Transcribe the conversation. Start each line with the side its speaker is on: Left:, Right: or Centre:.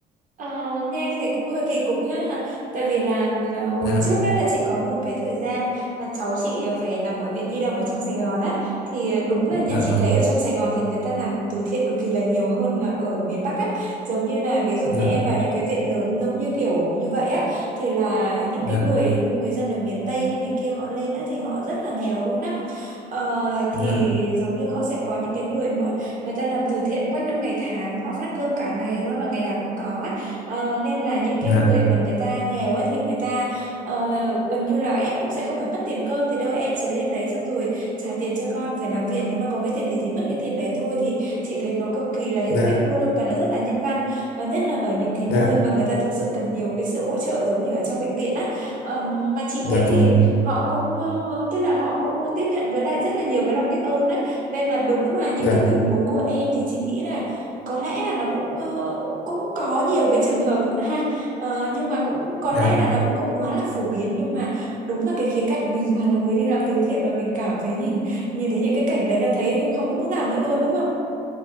Right: Ờ, nghe thì cũng hơi kỳ cục ha ha. tại vì là ờ, hồi
Left: dạ
Right: trước ấy là chị có một cái thời gian là cháu chị phải nằm ở viện nhi đồng ở trong Sài Gòn á thì ờ, đúng là nhá
Left: dạ
Right: chị
Left: vâng
Right: thấy ở trong Sài Gòn thì người ta làm từ thiện cực kỳ là nhiều hơn là ở miền Bắc á giống như là ví dụ
Left: dạ
Right: như em vào những cái viện lớn giống như kiểu như vậy á thì là những
Left: dạ
Right: cái người như người dân ở miền Tây hay này kia họ lên á thì họ rất là nghèo luôn á Ờ,
Left: dạ
Right: thì giống như họ sẽ có những cái người mà người ta làm từ thiện quanh năm ngày tháng họ phát cơm cả ngày luôn và ngày nào cũng có á. Ờ, nên là những cái
Left: dạ
Right: người mà người ta nghèo ấy thì người ta ờ, gần như là em cũng sẽ không phải mất tiền cơm gì đâu em chỉ lên đấy xong rồi trả tiền cho con phải nằm viện nếu mà có cái tiền gì thì mất cái tiền đấy thôi thì chị thấy nó cực kỳ là hữu
Left: dạ
Right: ích luôn và nó rất là nhân văn Ờ, nhất là ở những cái nơi
Left: dạ
Right: mà người ta thực sự cần nhiều cái sự hỗ trợ giống như ở trong bệnh viện á Ờm, mà chị
Left: dạ
Right: thấy thì
Left: vâng
Right: họ cũng ờ, tức là họ cũng tiếp nhận với lại rất là nhiều cái lòng biết ơn á nên là đúng là những
Left: dạ
Right: cái tình huống của em thì chị nghĩ là có lẽ là nó cũng ờ, cũng có nhiều cái trường hợp ha Ờ, nhưng mà cũng có
Left: dạ.
Right: lẽ là nó cũng không quá là phổ biến nhưng mà đúng là cái khía cạnh mình mà là người đi làm từ thiện mà mình cảm thấy nhìn nhìn thấy những cái cảnh đấy là thấy không có muốn làm nữa luôn đúng không?